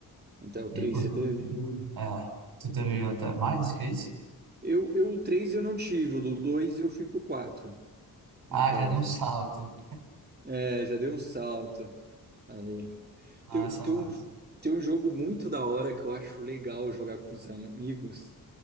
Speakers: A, on the right (about 25°); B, on the right (about 80°).
A: Até o
B: E,
A: três
B: o-
A: você teve?
B: é, tu teve
A: Não.
B: até mais que isso?
A: Eu, eu, o 3 eu não tive, o do 2 eu fui pro 4
B: Ah,
A: no caso.
B: já deu um salto.
A: É, já deu um salto ali.
B: Massa,
A: Tem, tem
B: massa.
A: um, tem um jogo muito da hora que eu acho legal jogar com os amigos.